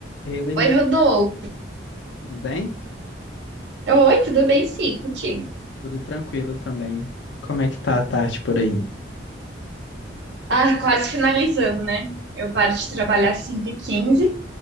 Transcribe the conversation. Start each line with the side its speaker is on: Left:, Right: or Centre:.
Left: Ei, Leni,
Right: Oi, Rodolfo.
Left: tudo bem?
Right: Oi, tudo bem? Sim, contigo.
Left: Tudo tranquilo também. Como é que tá a tarde por aí?
Right: Ah, quase finalizando, né? Eu paro de trabalhar às 5h15.